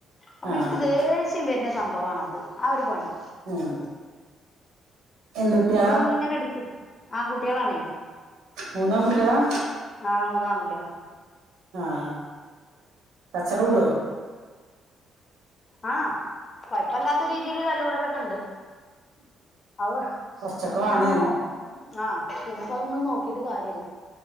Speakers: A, on the left; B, on the right.
A: അപ്പോ
B: ആഹ്
A: എനിക്ക് ദേഷ്യം വരുന്ന- സംഭവണോ അത് ആ ഒരു പണി.
B: ആഹ്, എന്തുട്ടികളാ
A: നമ്മള ഇങ്ങനെ എടുത്ത് ആഹാ ആൺകുട്ടികളാണേ.
B: മൂന്നും ആൺകുട്ടിയോളാ.
A: ആഹ് മൂന്നും ആൺകുട്ടിയോളാ.
B: ആഹ കച്ചറ കൂടോ.
A: ആഹ കൊഴപ്പല്ലാത്ത രീതിയിൽ തല്ലൂടലൊക്കെ ഉണ്ട്. അവ
B: കൊറച്ചൊക്കെ
A: അത് പിന്നെ
B: വേണേനും
A: നമ്മൾ നോ- ആഹ പിന്നെപ്പോ, നമ്മള് നോക്കീട്ട് കാര്യല്ല,